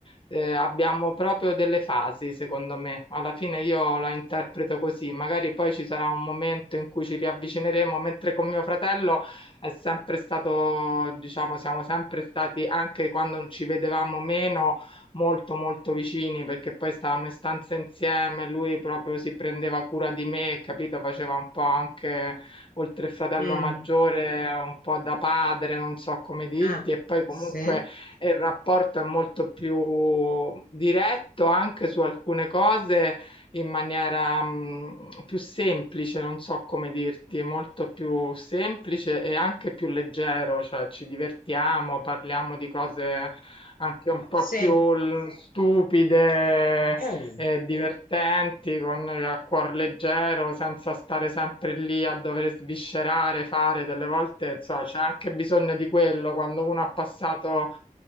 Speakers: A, on the left; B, on the left.
A: eh, abbiamo proprio delle fasi, secondo me. Alla fine io la interpreto così, magari poi ci sarà un momento in cui ci riavvicineremo, mentre con mio fratello è sempre stato, diciamo, siamo sempre stati, anche quando ci vedevamo meno, molto molto vicini, perché poi stavamo in stanza insieme, lui proprio si prendeva cura di me, capito? Faceva un po' anche, oltre il fratello
B: Mm.
A: maggiore, un po' da padre, non so come dirti,
B: Ah,
A: e poi comunque
B: sì? Eh,
A: e il rapporto è molto più diretto anche su alcune cose in maniera mh, più semplice, non so come dirti, molto più semplice e anche più leggero, cioè ci divertiamo, parliamo di cose anche un po'
B: sì.
A: più l- stupide
B: Eh.
A: eh, divertenti, con il cuor leggero, senza stare sempre lì a dover sviscerare, fare delle volte, insomma, c'è anche bisogno di quello quando uno ha passato